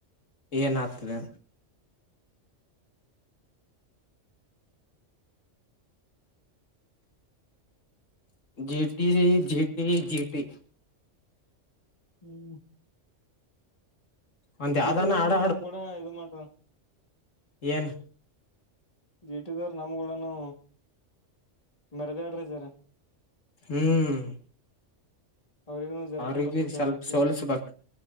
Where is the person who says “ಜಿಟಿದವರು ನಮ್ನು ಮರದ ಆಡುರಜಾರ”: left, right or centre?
Left